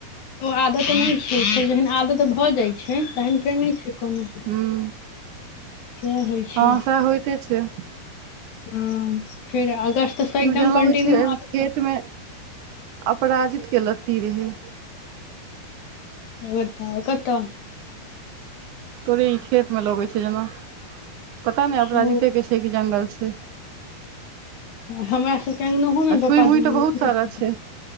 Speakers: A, on the left; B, on the right.
A: त आदत नहि छै, जहन आदतऽ भऽ जाइ। छै, तहन फेर नहि छै कोनो।
B: हूँ
A: सेह होइ छै,
B: हँ सएह होइते छै
A: ह फेर अगस तस,
B: ई
A: एकदम
B: जेना
A: कंटिन्यू
B: लगै छै
A: आद
B: खेत मे अपराजित के लत्ती रहै।
A: बताह कतऽ।
B: तोरे ई खेत में लगे छै जेना, पता ने अपराजिते
A: ओ
B: के छियै कि जंगल छै।
A: हमरा सभके अङ्गनोहो ने
B: आ
A: प्पा
B: छुइ मुइ
A: द
B: तऽ बहुत सारा
A: छथि।
B: छै